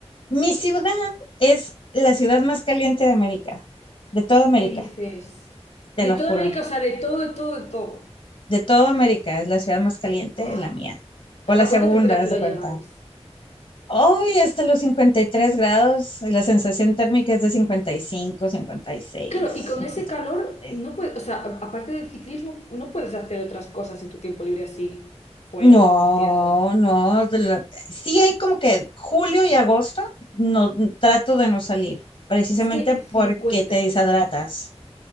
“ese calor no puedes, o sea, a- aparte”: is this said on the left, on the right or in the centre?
Left